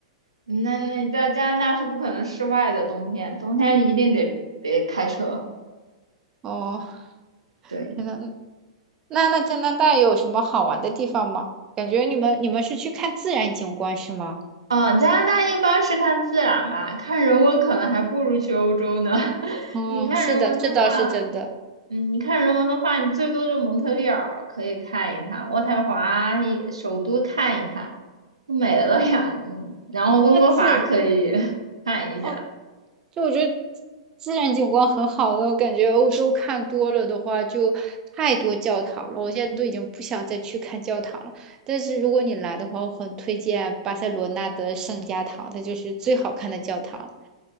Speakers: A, on the right; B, on the right.
A: 那那你在加拿大是不可能室外的，冬天冬天一定得得开车。
B: 哦，
A: 对，
B: 天呐，那那加拿大有什么好玩的地方吗？感觉你们你们是去看自然景观是吗？
A: 嗯，加拿大一般是看自然吧，看人文可能还不如去欧洲呢。<laughs>
B: 嗯，
A: 你看人文的话。
B: 是的，这倒是真的。
A: 嗯，你看人文的话，你最多就蒙特利尔可以看一看，渥太华也首都看一看，就没了呀。嗯，然后温哥华可以
B: 那自，
A: <laughs> 看一下。
B: 哦，就我觉得自然景观很好的，我感觉欧洲看多了的话，就太多教堂了。我现在都已经不想再去看教堂了。但是如果你来的话，我很推荐巴塞罗那的圣家堂，它就是最好看的教堂。